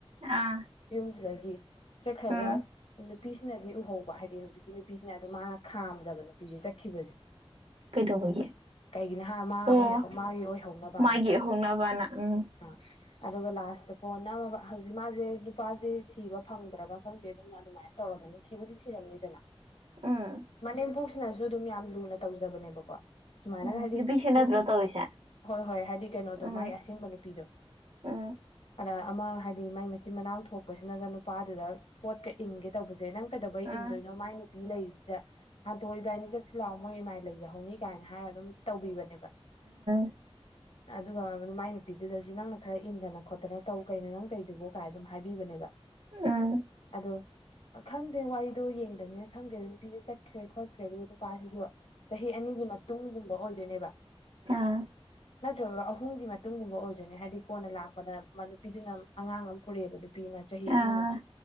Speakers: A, on the right; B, on the left.
A: ꯑꯥ
B: ꯌꯨꯝꯗꯨꯗꯒꯤ ꯆꯠꯈ꯭ꯔꯒ
A: ꯎꯝ
B: ꯅꯨꯄꯤꯁꯤꯅꯗꯤ ꯎꯍꯧꯕ ꯍꯥꯏꯗꯤ ꯍꯧꯖꯤꯛꯀꯤ ꯅꯨꯄꯤꯁꯤꯅ ꯑꯗꯨ ꯃꯥꯅ ꯈꯥꯝꯗꯕ ꯅꯨꯄꯤꯖꯦ ꯆꯠꯈꯤꯕꯖꯦ
A: ꯀꯩꯗꯧꯕꯒꯤ
B: ꯀꯩꯒꯤꯅꯣ ꯍꯥꯏ ꯃꯥ
A: ꯑꯣ
B: ꯑꯣꯏ ꯃꯥꯒꯤ ꯑꯣꯏꯍꯧꯅꯕꯅꯀꯣ
A: ꯃꯥꯒꯤ ꯍꯧꯅꯕꯅ ꯎꯝ
B: ꯑꯥ ꯑꯗꯨꯒ ꯂꯥꯁꯇ ꯀꯣꯟꯅ ꯍꯧꯖꯤꯛ ꯃꯥꯖꯦ ꯅꯨꯄꯥꯖꯦ ꯊꯤꯕ ꯐꯪꯗ ꯗ꯭ꯔꯕ ꯈꯪꯗꯦ ꯑꯗꯨꯃꯥꯏꯅ ꯇꯧꯔꯝꯃꯅꯤ ꯊꯤꯕꯨꯗꯤ ꯊꯤꯔꯝꯅꯤꯗꯅ
A: ꯎꯝ
B: ꯃꯅꯦꯝꯄꯣꯛꯁꯤꯅ ꯁꯨ ꯑꯗꯨꯝ ꯌꯥꯝ ꯂꯨꯅ ꯇꯧꯖꯕꯅꯦꯕꯀꯣ ꯁꯨꯃꯥꯏꯅ
A: ꯎꯝ
B: ꯍꯥꯏꯗꯤ
A: ꯅꯨꯄꯤꯁꯦ ꯅꯠꯇ꯭ꯔꯣ
B: ꯅꯨꯄꯤ
A: ꯇꯧꯔꯤꯁꯦ
B: ꯍꯣꯏ ꯍꯣꯏ ꯍꯥꯏꯗꯤ ꯀꯩꯅꯣꯗꯣ
A: ꯎꯝ
B: ꯃꯥꯏ ꯑꯁꯦꯡꯕ ꯅꯨꯄꯤꯗꯣ
A: ꯎꯝ
B: ꯑꯗ ꯑꯃ ꯍꯥꯏꯗꯤ ꯃꯥꯏ ꯃꯆꯤꯟ ꯃꯅꯥꯎ ꯊꯣꯛꯄꯁꯤꯅꯒ ꯅꯨꯄꯥꯗꯨꯗ ꯄꯣꯠꯀ ꯏꯟꯒꯦ ꯇꯧꯕꯖꯦ ꯅꯪ ꯀꯩꯗꯧꯕꯩ
A: ꯎꯝ
B: ꯏꯟꯗꯣꯏꯅꯣ ꯃꯥꯏ ꯅꯨꯄꯤ ꯂꯩꯔꯤꯖꯤꯗ ꯍꯟꯇꯣ ꯏꯕꯥꯏꯅꯤ ꯆꯠꯁꯤ ꯂꯥꯛꯑꯣ ꯃꯣꯏ ꯏꯃꯥꯏ ꯂꯩꯖꯍꯧꯅꯤ ꯀꯥꯏꯅ ꯍꯥꯏꯔꯒ ꯑꯗꯨꯝ ꯇꯧꯕꯤꯕꯅꯦꯕ
A: <inaudible>
B: ꯑꯗꯨꯒ ꯑꯗꯨ ꯃꯥꯏ ꯅꯨꯄꯤꯗꯨꯗꯁꯨ ꯅꯪꯅ ꯈꯔ ꯏꯟꯗꯅ ꯈꯣꯠꯇꯅ ꯇꯧ ꯀꯩꯅꯣ ꯅꯪ ꯇꯧꯏꯗꯨꯕꯣ ꯀꯥꯏ ꯑꯗꯨꯝ ꯍꯥꯏꯕꯤꯕꯅꯦꯕ
A: ꯎꯝ
B: ꯑꯗꯣ ꯈꯪꯗꯦ ꯋꯥꯔꯤꯗꯣ ꯌꯦꯡꯗꯕꯅꯤꯅ ꯈꯪꯗꯦ ꯑꯗꯨꯗ ꯅꯨꯄꯤꯁꯦ ꯆꯠꯈ꯭ꯔꯦ ꯈꯣꯠꯈ꯭ꯔꯦ ꯑꯗꯨꯒ ꯅꯨꯄꯥꯁꯤꯁꯨ ꯆꯍꯤ ꯑꯅꯤꯒꯤ ꯃꯇꯨꯡꯒꯨꯝꯕ ꯑꯣꯏꯗꯣꯏꯅꯦꯕ
A: ꯑ
B: ꯅꯠꯇ꯭ꯔꯒ ꯑꯍꯨꯝꯒꯤ ꯃꯇꯨꯡꯒꯨꯝꯕ ꯑꯣꯏꯗꯣꯏꯅꯦ ꯍꯥꯏꯗꯤ ꯀꯣꯟꯅ ꯂꯥꯛꯄꯗ ꯅꯨꯄꯤꯗꯨꯅ ꯑꯉꯥꯡ ꯑꯃ ꯄꯨꯔꯛꯑꯦꯕ ꯅꯨ ꯄꯤꯃꯥ ꯆꯍꯤ ꯑꯅꯤꯃꯨꯛ
A: ꯑꯥ